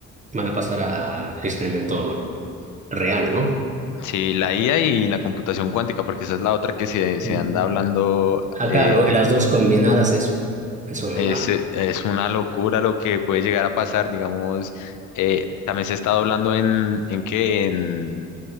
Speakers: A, on the right; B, on the left.
A: van a pasar al experimento real, ¿no?
B: Sí, la IA y la computación cuántica, porque esa es la otra que se, se
A: Ujú.
B: anda hablando,
A: Ah,
B: eh,
A: claro, las dos combinadas es, es una...
B: es, es una locura lo que puede llegar a pasar, digamos, eh, también se está hablando en, en qué, en,